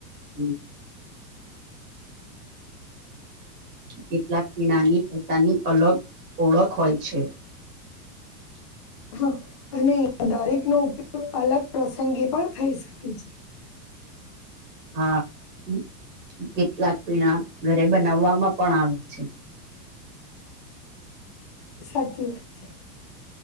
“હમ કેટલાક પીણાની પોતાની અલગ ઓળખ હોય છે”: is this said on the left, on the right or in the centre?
Right